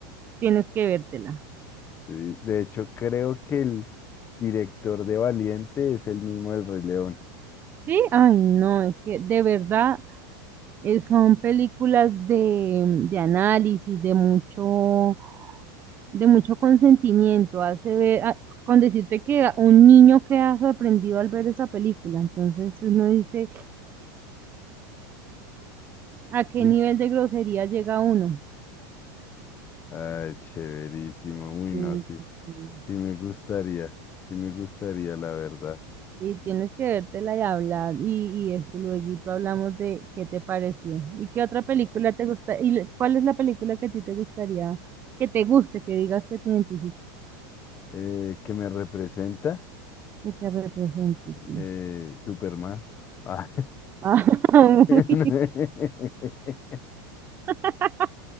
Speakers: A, on the right; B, on the left.
A: tienes que vértela.
B: Sí, de hecho, creo que el director de Valiente es el mismo del Rey León.
A: ¿Sí? Ay, no, es que de verdad eh, son películas de, de análisis, de mucho, de mucho consentimiento. Hace ver, ah, con decirte que a- un niño queda sorprendido al ver esa película. Entonces uno dice, ¿a qué
B: Sí.
A: nivel de grosería llega uno?
B: Ay, chéverísimo. Uy,
A: Sí,
B: no, sí.
A: sí, sí.
B: Sí me gustaría. Sí me gustaría, la verdad.
A: Y tienes que vértela y hablar. Y, y eso, luego hablamos de qué te pareció. ¿Y qué otra película te gusta? ¿Y le- cuál es la película que a ti te gustaría, que te guste, que digas que te identifica,
B: Eh, ¿qué me representa?
A: que te represente? Sí.
B: Eh, Superman. Ah.
A: Ah, <laughs>
B: <laughs>
A: uy, <laughs>